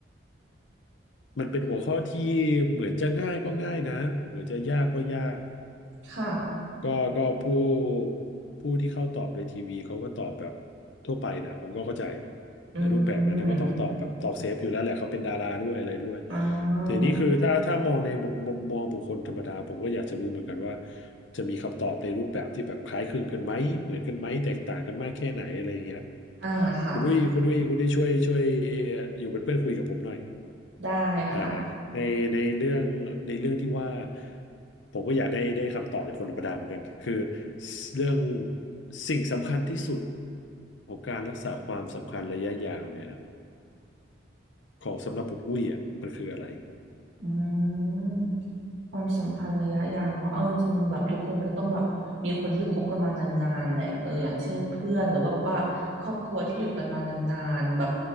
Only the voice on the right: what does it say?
ค่ะ
อื
มอ่า
อ่าค่ะ
ได้ค่ะ
อืม ความสัมพันธ์ระยะยาวเนาะเอาจริงๆแบบทุกคนก็ต้องแบบมีคนที่คบกันมานานๆแหละเอออย่างเช่นเพื่อนหรือว่าว่าครอบครัวที่อยู่กันมานานๆแบบ